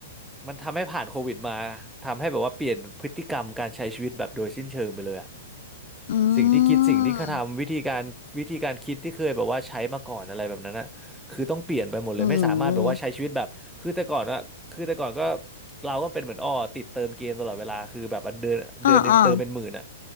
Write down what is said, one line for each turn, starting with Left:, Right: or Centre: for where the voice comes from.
Centre: มันทำให้ผ่านโควิดมาทำให้แบบว่าเปลี่ยนพฤติกรรมการใช้ชีวิตแบบโดยสิ้นเชิงไปเลยอะ
Left: อื
Centre: สิ่งที่คิดสิ่งที่เขาทำวิธีการวิธีการคิดที่เคยแบบว่าใช้มาก่อนอะไรแบบนั้นนะคือต้องเปลี่ยนไปหมดเลยไม่สามารถแบบว่าใช้ชีวิตแบบคือแต่ก่อนอะคือแต่ก่อนก็
Left: มโอ้โห
Centre: เราก็เป็นเหมือนอ้อติดเติมเกมตลอดเวลาคือแบบอันเดือนเดือนหนึ่งเติมเป็นหมื่นอะ
Left: อ้ออ้อ